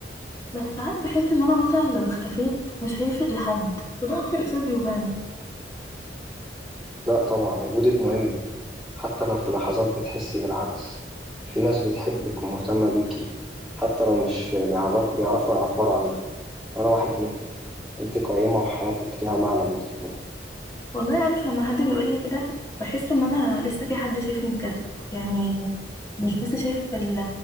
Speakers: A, on the left; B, in the centre.
A: بس ساعات بحس ان انا مثلا لو اختفيت مش هيفرق لحد وده اكتر احساس بيوجعني
B: لا طبعا وجودك مهم حتى لو في لحظات بتحسي بالعكس في ناس بتحبك ومهتمة بيكي حتى لو مش في- بيعرف بيعرفوا يعبروا عن ده وأنا واحد منهم انت قيمة وحياتك ليها معنى بالنسبة لي
A: والله عارف لما حد بيقولي كده بحس ان انا لسه في حد شايفني بجد يعني مش بس شايف ال-